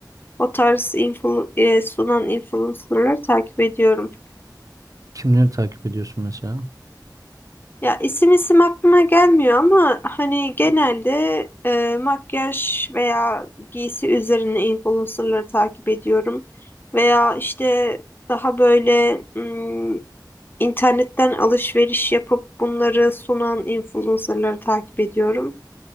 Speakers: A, on the left (about 30°); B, on the right (about 50°).
A: O tarz influ e, sunan influencerları takip ediyorum.
B: Kimleri takip ediyorsun mesela?
A: Ya isim isim aklıma gelmiyor ama hani genelde e, makyaj veya giysi üzerine influencerları takip ediyorum. Veya işte daha böyle mm, internetten alışveriş yapıp bunları sunan influencerları takip ediyorum.